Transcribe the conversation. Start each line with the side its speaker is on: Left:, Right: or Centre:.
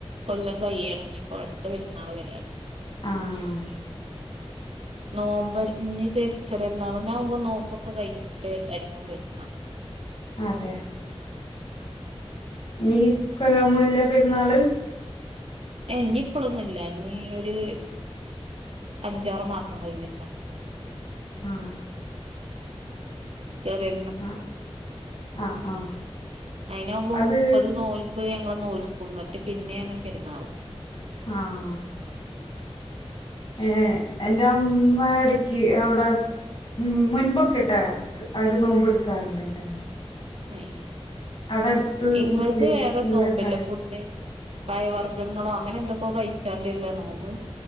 Right: കൊല്ലം കൈയ്യണം ഇഞ്ഞിപ്പോ അട്ത്ത പെരുന്നാള് വരാന്
Left: ആഹ്
Right: ആഹ് ന്നോമ്പ് ഇനിതെര് ചെറിയര്ന്നാള്ള ന്നാവുംമ്പോ ന്നോമ്പൊക്കെ കഴിഞ്ഞിട്ട് അയിര്ക്കും പെരുന്നാള്
Left: അതെ ഇനി ഇക്കൊല്ലൊന്നും ഇല്ല പെരുന്നാള്
Right: ഏ ഇനി ഇപ്പളൊന്നും ഇല്ല ഇനി ഒരു അഞ്ചാറ് മാസം കഴിഞ്ഞ്ട്ടാ
Left: ആഹ്
Right: ചെറി
Left: ആഹ് ആഹ് ആഹ്
Right: അയിനാവുമ്പം
Left: അത്
Right: മുപ്പത് നോൽമ്പ് ഞങ്ങൾ നോൽക്കും എന്നിട്ട് പിന്നെയാണ് പെരുന്നാള്
Left: ആഹ് ഏഹ് എന്റെ അമ്മ എടക്ക് അവിടെ മുൻപൊ ക്കെട്ട അവർ നോമ്പ്ടുക്കാറുണ്ട് എൻ്റെ അമ്മ
Right: ഏഹ്
Left: അവിടെ അടുത്ത്
Right: ഇങ്ങൾത്
Left: മുസ്ലിങ്ങള്
Right: വേറെ നോമ്പല്ലേ
Left: ഫാമി
Right: ഫുഡ് പയവർഗ്ഗങ്ങളോ അങ്ങനെ എന്തൊക്കോ കഴിച്ചാണ്ട് അല്ലേ നോമ്പ്